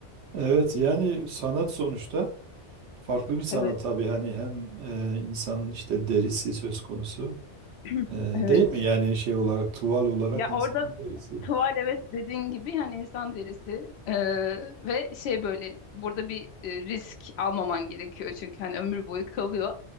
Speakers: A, on the right (about 85°); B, on the left (about 70°).
A: Evet yani sanat sonuçta farklı bir sanat
B: Evet,
A: tabii hani hem e, insanın işte derisi söz konusu
B: <clears throat>
A: e,
B: evet.
A: değil mi? Yani şey olarak tuval olarak
B: Ya
A: insanın
B: orada
A: derisi.
B: tuval evet dediğin gibi yani insan derisi Ee, ve şey böyle burada bir e, risk almaman gerekiyor çünkü hani ömür boyu kalıyor.